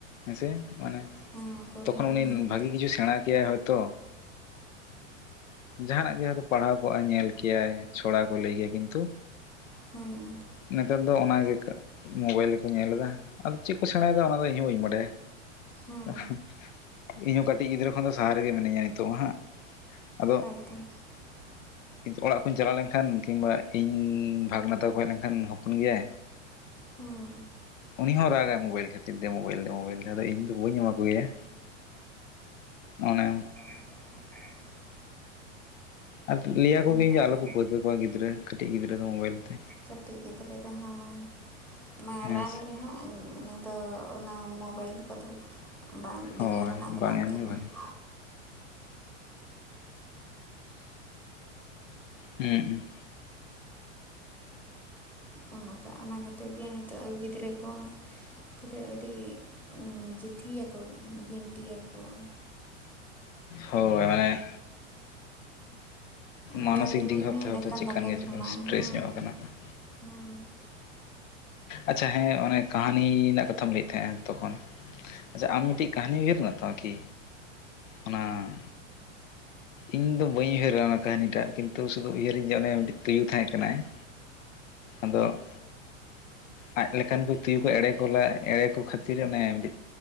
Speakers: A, on the left (about 80°); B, in the centre.
A: ᱦᱮᱸᱥᱮ ᱢᱟᱱᱮ
B: ᱦᱚᱸ ᱯᱩᱨᱟᱹ
A: ᱛᱚᱠᱷᱚᱱ ᱩᱱᱤ
B: ᱱᱤᱦᱟᱹᱛ
A: ᱵᱷᱟᱹᱜᱤ ᱠᱤᱪᱷᱩ ᱥᱮᱬᱟ ᱠᱮᱭᱟᱭ ᱦᱚᱭᱛᱳ ᱡᱟᱦᱟᱱᱟᱜ ᱜᱮ ᱦᱚᱭ ᱯᱟᱲᱦᱟᱣ ᱠᱚᱜᱼᱟᱭ ᱧᱮᱞ ᱠᱮᱭᱟᱭ ᱪᱷᱚᱲᱟ ᱠᱚ ᱞᱟᱹᱭ ᱠᱮᱭᱟ ᱠᱤᱱᱛᱩ
B: ᱦᱩᱸ
A: ᱱᱮᱛᱟᱨ ᱫᱚ ᱚᱱᱟᱜᱮ ᱢᱳᱵᱟᱭᱤᱞ ᱜᱮᱠᱚ ᱧᱮᱞᱮ ᱫᱟ ᱟᱫᱚ ᱪᱮᱫ ᱠᱚ ᱥᱮᱬᱟᱭᱮᱫᱟ ᱚᱱᱟᱫᱚ ᱤᱧ ᱦᱚᱸ ᱵᱟᱹᱧ ᱵᱟᱰᱟᱭᱟ
B: ᱦᱩᱸ
A: ᱾ ᱤᱧ ᱦᱚᱸ ᱠᱟᱹᱴᱤᱡ ᱜᱤᱫᱽᱨᱟᱹ ᱠᱷᱚᱱ ᱫᱚ ᱥᱟᱦᱟ ᱨᱮᱜᱮ ᱢᱤᱱᱟᱹᱧᱟ ᱱᱤᱛᱳᱜ ᱦᱟᱸᱜ ᱟᱫᱚ
B: ᱦᱳᱭᱛᱚ <inaudible>
A: ᱚᱲᱟᱜ ᱠᱩᱧ ᱪᱟᱞᱟᱣ ᱞᱮᱱᱠᱷᱟᱱ ᱠᱤᱢᱵᱟ ᱤᱧ ᱵᱷᱟᱜᱽᱱᱟ ᱛᱟᱠᱚ ᱠᱚ ᱦᱮᱡᱽ ᱞᱮᱱᱠᱷᱟᱱ ᱦᱚᱯᱚᱱ ᱜᱮᱭᱟᱭ
B: ᱦᱩᱸ
A: ᱩᱱᱤ ᱦᱚᱸ ᱨᱟᱜᱟᱭ ᱢᱳᱵᱟᱭᱤᱞ ᱠᱷᱟᱹᱛᱤᱨ ᱛᱮ ᱫᱮ ᱢᱳᱚᱵᱟᱭᱤᱞ ᱫᱮ ᱢᱳᱚᱵᱟᱭᱤᱞ ᱟᱫᱚ ᱤᱧ ᱫᱚ ᱵᱟᱹᱧ ᱮᱢᱟ ᱠᱚ ᱜᱮᱭᱟ ᱚᱱᱮ
B: ᱦ ᱦᱮᱸ <inaudible>
A: ᱟᱨ ᱞᱟᱹᱭᱟ ᱠᱚᱜᱮᱧ
B: ᱚᱱᱠᱟᱜᱮ
A: ᱡᱮ ᱟᱞᱚᱯᱮ ᱯᱟᱹᱨᱠᱟᱹ ᱠᱚᱣᱟ ᱜᱤᱫᱽᱨᱟᱹ ᱠᱟᱹᱴᱤᱡ ᱜᱤᱫᱽᱨᱟᱹ ᱫᱚ ᱢᱳᱵᱟᱭᱤᱞ ᱛᱮ
B: ᱠᱟᱹᱴᱤᱡ ᱜᱤᱫᱽᱨᱟᱹ ᱫᱚᱦᱚᱸ ᱢᱟᱨᱟᱝ
A: ᱦᱮᱸ ᱥᱮ
B: ᱨᱮᱦᱚᱸ ᱛᱚ ᱚᱱᱟ ᱢᱚᱵᱟᱭᱤᱞ ᱠᱚᱫᱚ ᱵᱟᱝ
A: ᱦᱳᱭ
B: ᱫᱮᱠᱷᱟ ᱨᱮᱱᱟᱜ ᱫᱚ ᱵᱟᱝ
A: ᱮᱢᱜᱮ
B: ᱠᱟᱱᱟ
A: ᱵᱷᱟᱜᱤ
B: ᱾
A: ᱦᱮᱸᱸ
B: ᱚᱱᱠᱟ ᱚᱱᱟ ᱠᱷᱟᱹᱛᱤᱨ ᱜᱮ ᱱᱤᱛᱚᱜ ᱜᱤᱫᱽᱨᱟᱹ ᱠᱚ ᱯᱩᱨᱟᱹ ᱟᱹᱰᱤ ᱡᱤᱫᱷᱤᱭᱟᱠᱚ ᱜᱤᱱᱴᱤᱭᱟᱠᱚ ᱾
A: ᱦᱳᱭ ᱢᱟᱱᱮ
B: ᱢᱳᱵᱟᱭᱤᱞ
A: ᱢᱟᱱᱚᱥᱤᱠ
B: ᱤᱢᱟᱹᱧ
A: ᱫᱤᱠᱽ ᱵᱷᱟᱵ
B: ᱢᱮ
A: ᱛᱮ
B: ᱮᱸᱰᱮᱠᱷᱟᱱ
A: ᱦᱚᱛᱚ ᱪᱮᱫᱠᱟᱱ
B: ᱫᱟᱠᱟᱧ
A: ᱜᱮᱪᱚ
B: ᱡᱚᱢᱟ
A: ᱠᱚ ᱥᱴᱨᱮᱥ
B: ᱦᱮᱸ
A: ᱧᱚᱜ ᱟᱠᱟᱱᱟ ᱠᱚ ᱾
B: ᱦᱮᱸ
A: ᱟᱪᱪᱷᱟ ᱦᱮᱸ ᱚᱱᱮ ᱠᱟᱹᱦᱱᱤ ᱨᱮᱱᱟᱜ ᱠᱟᱛᱷᱟᱢ ᱞᱟᱹᱭᱮᱫ ᱛᱟᱦᱮᱸᱱᱟ ᱛᱚᱠᱷᱚᱱ ᱟᱪᱪᱷᱟ ᱟᱢ ᱢᱤᱫᱴᱮᱡ ᱠᱟᱹᱦᱱᱤ ᱩᱭᱦᱟᱹᱨ ᱢᱮᱱᱟᱜ ᱛᱟᱢᱟ ᱠᱤ? ᱚᱱᱟ ᱤᱧ ᱫᱚ ᱵᱟᱹᱧ ᱩᱭᱦᱟᱹᱨᱟ ᱚᱱᱟ ᱠᱟᱹᱦᱱᱤᱴᱟᱜ ᱠᱤᱱᱛᱩ ᱥᱩᱫᱩ ᱩᱭᱦᱟᱹᱨᱤᱧ ᱡᱮ ᱚᱱᱮ ᱢᱤᱫᱴᱤᱡ ᱛᱩᱭᱩ ᱛᱟᱦᱮᱸ ᱠᱟᱱᱟᱭ ᱾ ᱟᱫᱚᱜ ᱟᱡ ᱞᱮᱠᱟᱱ ᱠᱚ ᱛᱩᱭᱩ ᱠᱚ ᱮᱲᱮ ᱠᱚ ᱞᱟᱜ ᱮᱲᱮ ᱠᱚ ᱠᱷᱟᱹᱛᱤᱨ ᱚᱱᱮ ᱢᱤᱫ